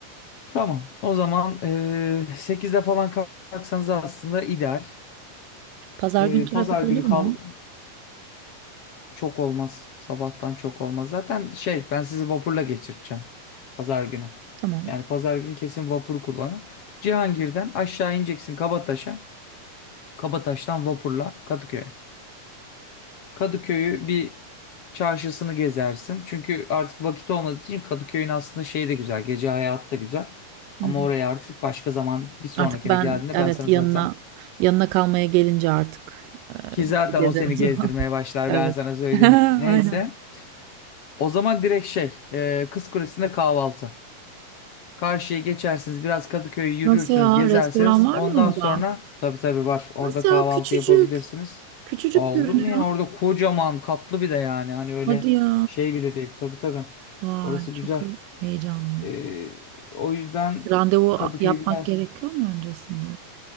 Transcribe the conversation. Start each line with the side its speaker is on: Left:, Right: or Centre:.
Left: Tamam. O zaman eee 8'de falan kalksanız aslında ideal.
Right: Pazar
Left: Eee,
Right: gün trafik
Left: pazar günü
Right: olur mu?
Left: kal. Çok olmaz. Sabahtan çok olmaz. Zaten şey ben sizi vapurla geçirteceğim. Pazar günü.
Right: Tamam.
Left: Yani pazar gün kesin vapur kullanın. Cihangir'den aşağı ineceksin Kabataş'a. Kabataş'tan vapurla Kadıköy'e. Kadıköy'ü bir çarşısını gezersin. Çünkü artık vakit olmadığı için Kadıköy'ün aslında şeyi de güzel. Gece hayatı da güzel.
Right: Hı
Left: Ama
Right: hı.
Left: oraya artık başka zaman bir sonrakine
Right: Artık ben
Left: geldiğinde
Right: evet
Left: ben sana
Right: yanına
Left: zaten
Right: yanına kalmaya gelince artık
Left: ki zaten
Right: gezerim
Left: o seni
Right: o zaman.
Left: gezdirmeye
Right: <laughs>
Left: başlar
Right: Evet.
Left: ben sana söyleyeyim.
Right: <laughs>
Left: Neyse.
Right: Aynen.
Left: O zaman direkt şey, e, Kız Kulesi'nde kahvaltı. Karşıya geçersiniz, biraz Kadıköy'ü yürürsünüz,
Right: Nasıl ya?
Left: gezersiniz.
Right: Restoran var
Left: Ondan
Right: mı orada?
Left: sonra tabii tabii var. Orada
Right: Nasıl
Left: kahvaltı
Right: ya? Küçücük.
Left: yapabilirsiniz.
Right: Küçücük
Left: Aa,
Right: görünüyor.
Left: olur mu ya? Orada kocaman katlı bir de yani. Hani öyle
Right: Hadi ya.
Left: şey bile değil. Tabii tabii.
Right: Vay
Left: Orası
Right: çok
Left: güzel.
Right: he- heyecanlı.
Left: E, o yüzden
Right: Randevu a-
Left: Kadıköy
Right: yapmak
Left: biraz
Right: gerekiyor mu öncesinde?